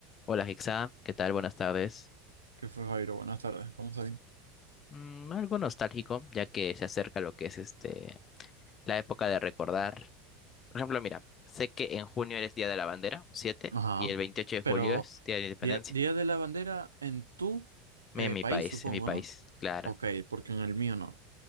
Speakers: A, on the left; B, on the right.
A: Hola Hexa, ¿qué tal? Buenas tardes.
B: ¿Qué fue, Jairo? Buenas tardes. Vamos ahí.
A: Mm, algo nostálgico, ya que se acerca lo que es este la época de recordar. Por ejemplo, mira, sé que en junio eres Día de la Bandera, un 7,
B: Ajá.
A: y el 28 de
B: Pero
A: julio es Día de la Independencia.
B: Día, Día de la Bandera en tu eh,
A: En mi
B: país,
A: país,
B: supongo,
A: en mi país,
B: ¿no?
A: claro.
B: Ok, porque en el mío no.